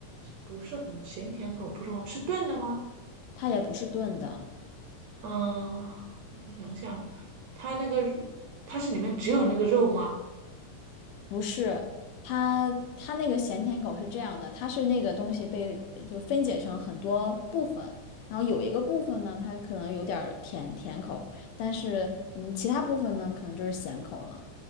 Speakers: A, on the right (about 70°); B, on the left (about 75°).
A: 不是红，咸甜口不是红，是炖的吗？
B: 它也不是炖的。
A: 嗯，我想想，它那个它是里面只有那个肉吗？
B: 不是，它它那个咸甜口是这样的，它是那个东西被就分解成很多部分，然后有一个部分呢，它可能有点儿甜甜口，但是嗯，其他部分呢，可能就是咸口了，